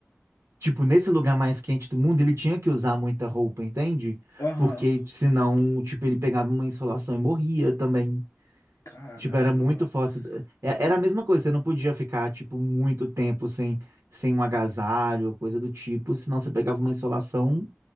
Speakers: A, on the right; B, on the left.
A: Tipo, nesse lugar mais quente do mundo, ele tinha que usar muita roupa, entende?
B: Aham.
A: Porque senão, tipo, ele pegava uma insolação e morria também.
B: Caramba,
A: Tipo, era muito
B: velho.
A: forte. É-
B: E-
A: Era a mesma coisa, você não podia ficar, tipo, muito tempo sem, sem um agasalho, coisa do tipo, senão você pegava uma insolação,